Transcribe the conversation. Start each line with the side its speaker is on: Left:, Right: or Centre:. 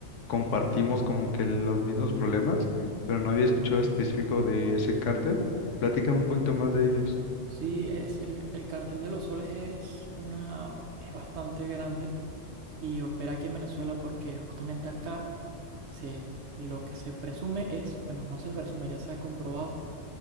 Left: compartimos como que los mismos problemas, pero no había escuchado específico de ese cártel. Platícame un poquito más de ellos.
Right: Sí, es el, el cártel de los soles es una, es bastante grande y opera aquí en Venezuela porque justamente acá se, lo que se presume es, bueno, no se presume, ya se ha comprobado